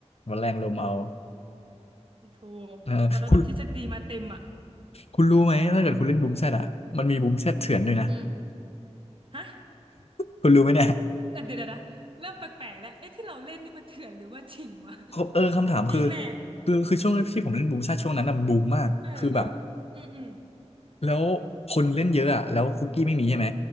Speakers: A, on the left; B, on the right.
A: มันแรงลมเอา
B: ถูกตอนนั้นแบบทฤษฎีมาเต็มอะ
A: เออคุณคุณรู้ไหมถ้าเกิดคุณเล่นบูมแซดอ่ะมันมีบูมแซดเถื่อนด้วยนะ
B: อืมฮะ
A: คุณรู้ไหมเนี่ย
B: แต่เดี๋ยวนะเริ่มแปลกๆแล้วเอ๊ะที่เราเล่นนี่มันเถื่อนหรือว่าจริงวะ
A: เออคำถามคือ
B: จริงแหละ
A: คือคือช่วงที่ผมเล่นบูมแซดช่วงนั้นน่ะมันบูมมากคือแบบ
B: เออเอออืมอืม
A: แล้วคนเล่นเยอะอ่ะแล้วคุกกี้ไม่มีใช่ไหม